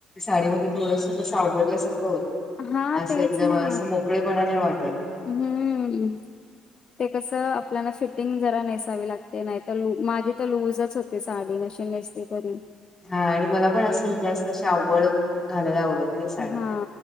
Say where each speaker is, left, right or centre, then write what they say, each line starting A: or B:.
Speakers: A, on the left (about 20°); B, on the left (about 40°).
A: साडीमध्ये थोडस तसं अवघडल्यासारखं होत
B: हा
A: अस
B: तेच
A: एकदम
B: ना
A: अस मो. पकळेपणा नाही वाटत..
B: हम्म ते कसं आपल्याला फिटिंग जरा नेसावी लागते नाही तर ल माझी तर लूजच होती साडी नशी नेसली करून.
A: हा आणि मला पण असं जास्त अशी आवड घालायला आवडत नाही साडी.
B: हा